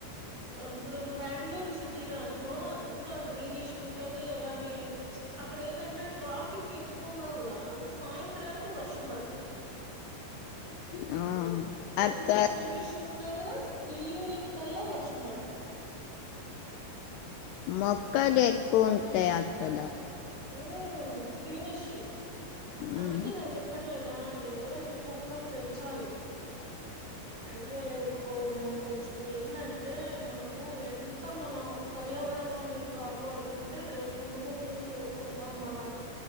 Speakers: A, on the right; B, on the left.
A: ఇప్పుడు బెంగళూరు సిటీ లో అనుకో అంత గ్రీనిష్ ఉంటది అలానే అక్కడ ఏంటంటే ట్రాఫిక్ ఎక్కువ ఉన్నా కూడా సాయంత్రానికి వర్షం పడుతది
B: ఆ అక్కడ
A: ఎంత పొల్యూషన్ ఉన్నా కూడా ఈవినింగ్ కల్లా వర్షం పడుతది
B: మొక్కలు ఎక్కువ ఉంటాయి అక్కడ
A: ఉ గ్రీనిష్ అందుకే
B: ఉమ్,
A: నేను చెప్పట్ లేదా ఎవరైనా మొక్కలు పెంచాలి ఐడియా లేకపోయినా కొంచెం ఏందంటే మనము ఎంత మన పర్యావరణాన్ని కాపాడుకుంటే ముందు ముందు ఉన్న మన